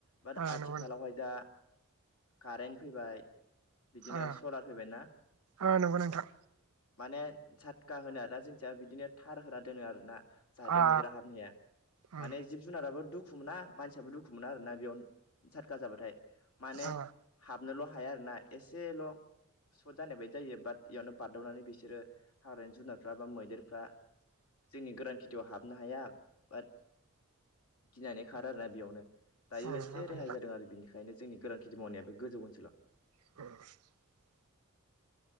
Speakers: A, on the left; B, on the right.
A: बाट
B: ओ
A: आथिखालावहाय
B: नंगौ
A: जा कारेन्ट फैबाय। बिदिनो
B: ओ
A: सलार फैबायना
B: ओ नंगौ नोंथां।
A: माने झाटखा होनो आरोना जोंथिया बिदिनो थार होना दोनो आरो ना। जाहाथे
B: आ
A: मैदेरा हाबनो हाया
B: उम
A: माने जिब जुनाराबो दु खु मोना मानसियाबो दुखु मोना आरोना बेयाव झाटखा जाबाथाय। माने
B: ओ
A: हाबनोल' हाया आरो ना। एसेल' सर्ट जानाय बायदि जायो बाट इयावनो बारदावनानै बिसोरो हाग्रानि जुनारफ्रा बा मैदेरफ्रा जोंनि गोरान खेथियाव हाबनो हाया बाट गिनानै खारो आरोना बेयावनो। दायो
B: उम
A: एसे
B: नंगौ
A: रेहाय
B: नोंथां
A: जादों आरो बिनिखायनो जोंनि गोरां खिथि मावनाया बे गोजौ ओनसोलाव।
B: <unintelligible>